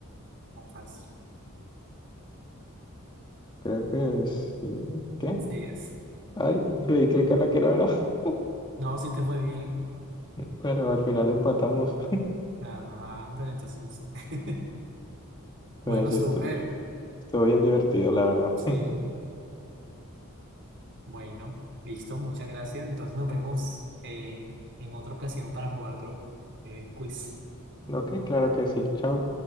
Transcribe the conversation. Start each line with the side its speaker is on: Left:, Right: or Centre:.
Right: fácil.
Left: Creo que sí. ¿Qué?
Right: Sí es.
Left: Ay, <laughs> le di clic a la que no era, <laughs>
Right: No, si te fue bien.
Left: pero al final empatamos.
Right: Ajá, ándale, entonces no sé. <laughs>
Left: Pero
Right: Bueno,
Left: sí,
Right: súper.
Left: estu- estuvo bien divertido, la verdad.
Right: Sí,
Left: <laughs>
Right: bueno, listo, muchas gracias. Entonces nos vemos eh, en otra ocasión para jugar otro eh, quiz.
Left: Ok, claro que sí. Chao.